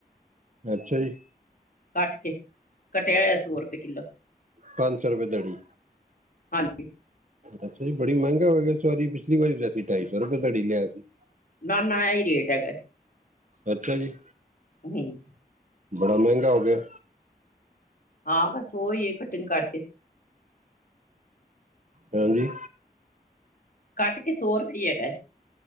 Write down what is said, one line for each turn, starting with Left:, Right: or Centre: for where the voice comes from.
Right: ਅੱਛਾ ਜੀ।
Left: ਕੱਟ ਕੇ, ਕੱਟਿਆ ਹੋਇਆ ਸੌ ਰੁਪਏ ਕਿੱਲੋ।
Right: ਪੰਜ ਸੌ ਰੁਪਏ ਧੜੀ।
Left: ਹਾਂਜੀ
Right: ਅੱਛਾ ਜੀ, ਬੜੀ ਮਹਿੰਗੇ ਹੋ ਗਏ ਇਸ ਵਾਰੀ। ਪਿਛਲੀ ਵਾਰੀ ਜਦ ਕਿ ਢਾਈ ਸੌ ਰੁਪਏ ਧੜੀ ਲਿਆਇਆ ਸੀ।
Left: ਨਾ-ਨਾ ਐ ਈ ਰੇਟ ਹੈਗੈ,
Right: ਅੱਛਾ ਜੀ
Left: ਹੂੰ।
Right: ਬੜਾ ਮਹਿੰਗਾ ਹੋ ਗਿਐ।
Left: ਹਾਂ ਬਸ ਸੋ ਈ ਐ ਕਟਿੰਗ ਕਰਕੇ।
Right: ਹੋਰ ਜੀ?
Left: ਕੱਟ ਕੇ ਸੌ ਰੁਪਏ ਹੈਗਾ ਐ।